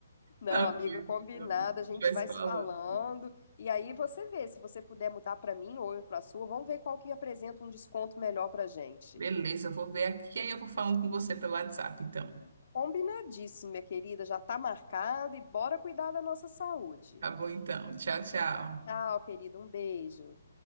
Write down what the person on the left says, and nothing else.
Não,
amiga,
combinado.
A gente
vai
se falando. E aí você vê, se você puder mudar para mim ou eu para sua, vamos ver qual que apresenta um desconto melhor para gente.
Combinadíssimo, minha querida. Já tá marcado e bora cuidar da nossa saúde.
Tchau, querida. Um beijo.